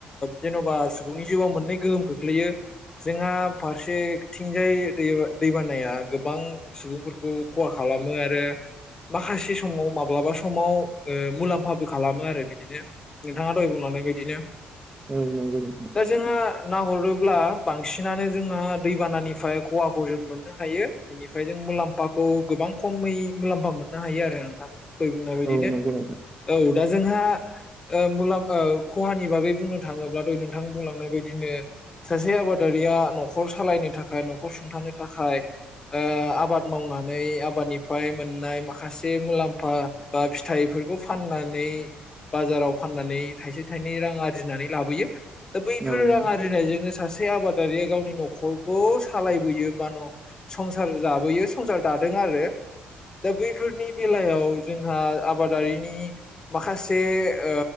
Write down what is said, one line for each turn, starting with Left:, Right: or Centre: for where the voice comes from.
Left: जेनबा सुबुंनि जिउआव मोननै गोहोम खोख्लैयो जोंहा फारसेथिंजाय दै दैबानाया गोबां सुबुंफोरखौ खहा खालामो आरो माखासे समाव माब्लाबा समाव ओ। मुलाम्फाबो खालामो आरो बिदिनो नोंथाङा दय बुंलांनाय बायदिनो।
Right: औ नांगौ नोंथां।
Left: दा जोंहा नाहरोब्ला बांसिनानो जोंहा दैबानानिफ्राय खहाखौ जों मोननो हायो बेनिफ्राय जों मुलाम्फाखौ गोबां खमै मुलाम्फा मोननो हायो आरो नोंथां। दहाय बुंनायबादिनो
Right: औ नंगौ नोंथां
Left: दा जोंहा मुलाम खहानि बागै बुंनो थाङोब्ला द नोंथां बुंलांनाय बायदिनो सासे आबादारिया नखर सालायनो थाखाय नखर सुंथानो थाखाय ओ आबाद मावनानै आबादनिफ्राय मोननाय माखासे मुलाम्फा बा फिथाइफोर। बेखौ फाननानै बाजाराव फाननानै थाइसे थाइनै रां आरजिनानै लाबोयो। दा बैफोर
Right: औ नंगौ
Left: रां आरिनायजोंनो। सासे आबादारिया गावनि नखरखौ सालायबोयो बा न संसार जाबोयो संसार दादों आरो दा बैफोरनि बेलायाव जोंहा आबाद। आबादारिनि माखासे ओ